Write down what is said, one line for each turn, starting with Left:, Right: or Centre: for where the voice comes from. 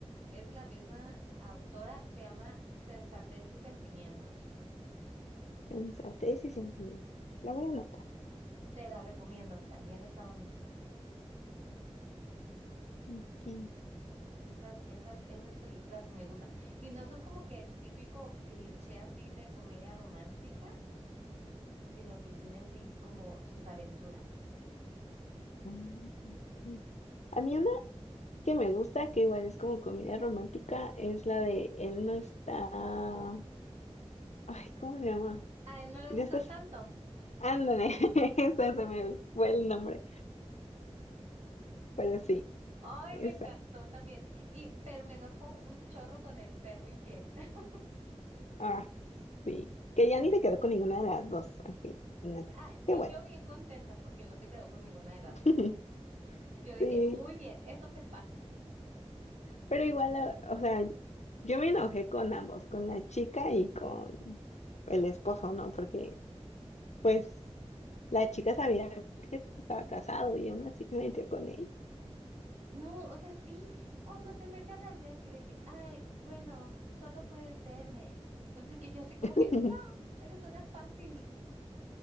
Right: es de la misma autora, se llama Sensatez y Sentimientos.
Left: Sensatez y sentimiento. La voy a anotar.
Right: Te la recomiendo, también está bonita.
Left: Ok.
Right: Esas, esas, esas películas me gustan. Y no son como que el típico cliché así de comedia romántica, sino que tiene así como sus aventuras.
Left: Mm, ok. A mí una que me gusta, que igual es como comedia romántica, es la de Él no está... Ay, ¿cómo se llama?
Right: A él no le gustas
Left: Ya estás...
Right: tanto.
Left: Ándale, <laughs> esa se me fue el nombre, pero sí,
Right: Ay,
Left: esa.
Right: me encantó también. Y, pero me enojó un chorro con el perro infiel. <laughs>
Left: ah, Sí, que ya ni se quedó con ninguna de las dos al final.
Right: Ah, y
Left: Qué bueno.
Right: yo bien contenta porque no se quedó con ninguna de las
Left: <laughs>
Right: dos. Yo de
Left: Sí,
Right: que, muy bien, eso te pasa.
Left: pero igual, o o sea, yo me enojé con ambos, con la chica y con el esposo, ¿no? Porque, pues, la chica sabía que estaba casado y aún así se metió con él.
Right: No, o sea, sí, cuando se mete al albergue de que, ay, bueno, solo puedes verme. No sé qué, yo así como
Left: <laughs>
Right: que, no, eres una fácil.